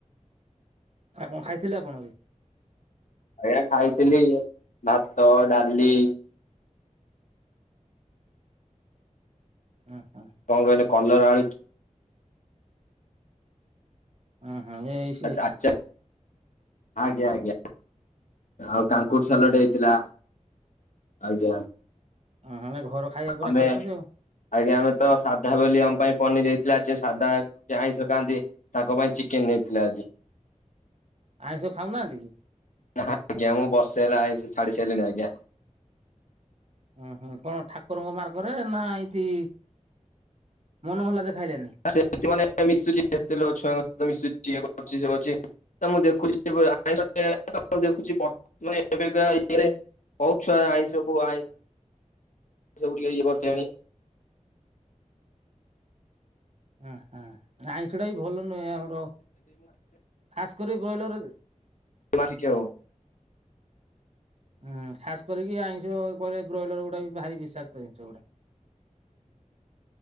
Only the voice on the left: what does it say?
ଆଜ୍ଞା ଖାଇଥିଲି ଭାତ, ଡାଲି
କଣ କହିଲେ? କଲର ଆଳୁ
<inaudible> ଆଚାର ଆଜ୍ଞା, ଆଜ୍ଞା ଆଉ କାଙ୍କୁର ସାଲଟ ହେଇ ଥିଲା, ଆଜ୍ଞା।
ଆମେ
ଆଜ୍ଞା ଆମେ ତ ସାଧା ବୋଲି ଆମ ପାଇଁ ପନିର୍ ହେଇଥିଲା। ଯିଏ ସାଧା ଯିଏ ଆଇଁଷ କାଆନ୍ତି ତାଙ୍କ ପାଇଁ ଚିକେନ୍ ନେଇଥିଲା ଆଜି।
ନା ଆଜ୍ଞା, ମୁଁ ବର୍ଷେ ହେଲା ଆଇଁଷ ଛାଡି ସାଇଲିଣି ଆଜ୍ଞା।
ସେମତି ମାନେ ମିଶୁଚି ଏତେ ଲ-ଛୁଆଙ୍କ ସହିତ ମିଶୁଚି ଇଏ କରୁଚି ସିଏ କରିଚି। ତ ମୁଁ ଦେଖୁଚି <inaudible> ଆଇଁଷ ଟେ <inaudible> ଦେଖୁଚି ପ- ମାନେ ଏବେକା ଇଏରେ ହପ୍ ଛୁଆ ଆଇଁଷ କୁ ଆଇଁ ସବୁ ଟିକେ ଇଏ କରସାଇଲେ।
<unintelligible> ହବ।